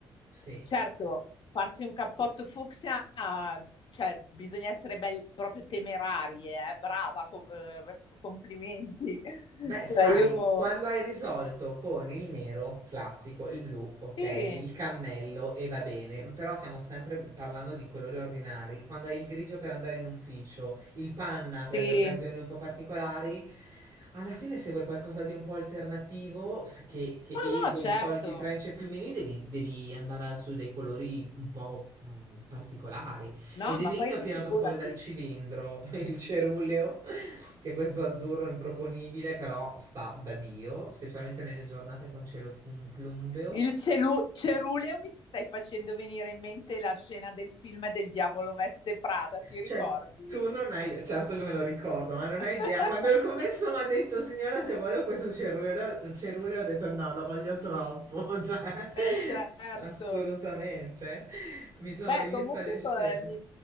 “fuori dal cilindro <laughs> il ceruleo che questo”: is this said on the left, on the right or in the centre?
Right